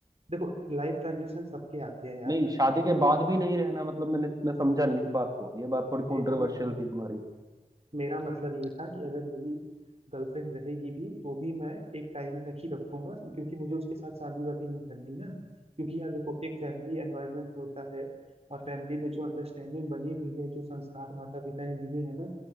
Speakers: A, on the right (about 45°); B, on the right (about 25°).
A: देखो लाइफ ट्रांजिशन सबके आते हैं यार
B: नहीं शादी के बाद भी नहीं रहना मतलब मैंने मैं समझा नहीं इस बात को ये बात थोड़ी
A: मेरा
B: कंट्रोवर्शियल
A: मतलब
B: थी तुम्हारी
A: मेरा मतलब ये था कि अगर मेरी गर्लफ्रेंड रहेगी भी तो भी मैं एक टाइम तक ही रखूंगा क्योंकि मुझे उसके साथ शादी वादी नहीं करनी ना क्योंकि यार देखो एक फैमिली एनवायरनमेंट होता है और फैमिली में जो अंडरस्टैंडिंग बनी हुई है जो संस्कार माता पिता ने दिए हैं ना